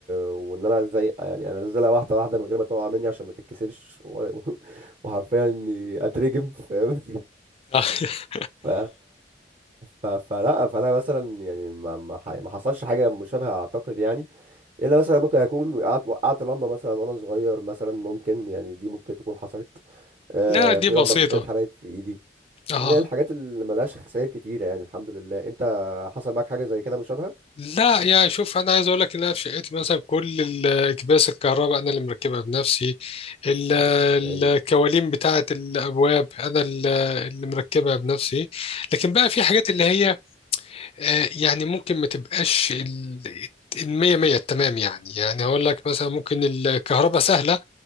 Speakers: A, on the right; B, on the left.
A: وان انا ازاي يعني انزلها واحده واحده من غير ما تقع مني عشان ما تتكسرش و... <laughs> وحرفيا اني اترجم فاهم
B: آه. <laughs>
A: ف... ف... فلا فانا مثلا يعني ما ما, ح... ما حصلش حاجه مشابهه اعتقد يعني الا مثلا ممكن اكون وقعت وقعت لمبه مثلا وانا صغير مثلا ممكن يعني دي ممكن تكون حصلت آه
B: لا دي
A: في
B: بسيطة
A: لمبه قبل كده اتحرقت في ايدي
B: آه
A: اللي هي الحاجات اللي ملهاش خسائر كتيره يعني الحمد لله انت حصل معاك حاجه زي كده مشابهه
B: لا يا شوف أنا عايز أقول لك إن أنا في شقتي مثلا كل الأكباس الكهرباء أنا اللي مركبها بنفسي ال-
A: هايل
B: الكوالين بتاعة الأبواب أنا اللي اللي مركبها بنفسي لكن بقى في حاجات اللي هي آه، يعني ممكن ما تبقاش ال- المية مية التمام يعني يعني هقول لك مثلا ممكن الكهرباء سهلة